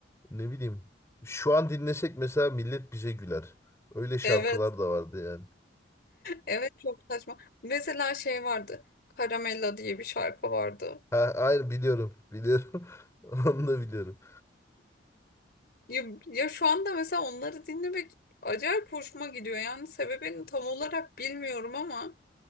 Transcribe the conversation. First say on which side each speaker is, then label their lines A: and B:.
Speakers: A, on the left (about 15°); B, on the left (about 55°).
A: ne bileyim. Şu an dinlesek mesela millet bize güler. Öyle şarkılar
B: Evet.
A: da vardı yani.
B: Evet çok saçma. Mesela şey vardı. Caramella diye bir şarkı vardı.
A: Ha, aynen biliyorum biliyorum. <laughs> Onu da biliyorum.
B: Ya, ya şu anda mesela onları dinlemek acayip hoşuma gidiyor. Yani sebebini tam olarak bilmiyorum ama